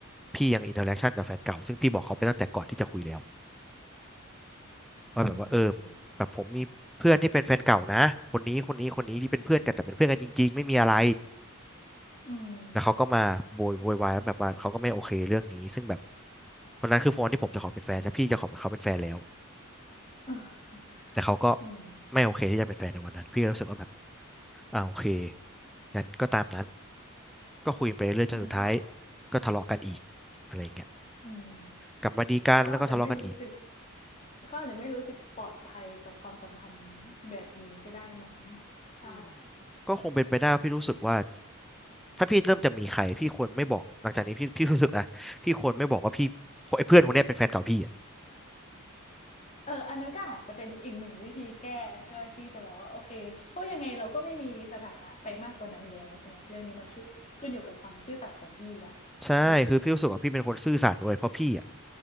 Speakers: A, in the centre; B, on the left (about 30°).
A: พี่ยังอินเทอร์แอคชั่นกับแฟนเก่าซึ่งพี่บอกเขาไปตั้งแต่ก่อนที่จะคุยแล้วว่าแบบว่าเออแบบผมมีเพื่อนที่เป็นแฟนเก่านะคนนี้คนนี้คนนี้ที่เป็นเพื่อนกันแต่เป็นเพื่อนกันจริงๆไม่มีอะไร
B: อืมอืม
A: แล้วเขาก็มาโวยโวยวายว่าแบบว่าเขาก็ไม่โอเคเรื่องนี้ซึ่งแบบวันนั้นคือโฟนที่ผมจะขอเป็นแฟนแต่พี่จะขอเป็นเขาเป็นแฟนแล้ว
B: <laughs>
A: แต่เขาก็
B: อืม
A: ไม่โอเคที่จะเป็นแฟนในวันนั้นพี่ก็รู้สึกว่าแบบอ่าโอเคงั้นก็ตามนั้นก็คุยไปเรื่อยจนสุดท้าย
B: อืมเขา
A: ก็ทะเลาะกันอีกอะไรอย่างเงี้ย
B: อืม
A: กลับมาดีกันแล้วก็ทะเลาะกันอีก
B: เขาอาจจะไม่รู้สึกเขาอาจจะไม่รู้สึกปลอดภัยกับความสัมพันธ์แบบนี้ก็ได้มั้งถ้า
A: อืมก็คงเป็นไปได้ว่าพี่รู้สึกว่าถ้าพี่เริ่มจะมีใครพี่ควรไม่บอกหลังจากนี้พี่พี่รู้สึกนะพี่ควรไม่บอกว่าพี่ไอ้เพื่อนคนเนี้ยเป็นแฟนเก่าพี่อะ
B: เอออันนั้นก็อาจจะเป็นอีกหนึ่งวิธีแก้เพื่อที่จะแบบว่าโอเคเพราะยังไงเราก็ไม่มีสถานะไปมากกว่านั้นอยู่แล้วใช่ไหมเรื่องนี้มันขึ้นขึ้นอยู่กับความซื่อสัตย์ของพี่ละเออ
A: ใช่คือพี่รู้สึกว่าพี่เป็นคนซื่อสัตย์ด้วยเพราะพี่อะ